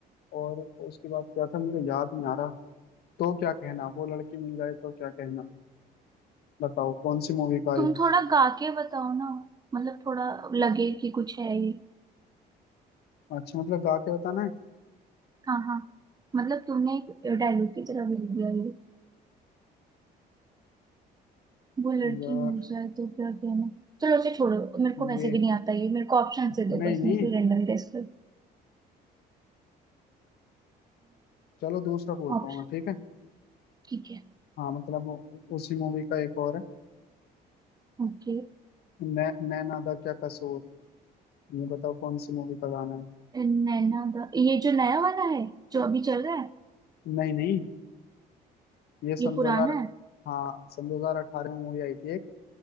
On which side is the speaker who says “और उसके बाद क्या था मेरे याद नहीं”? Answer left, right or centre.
Left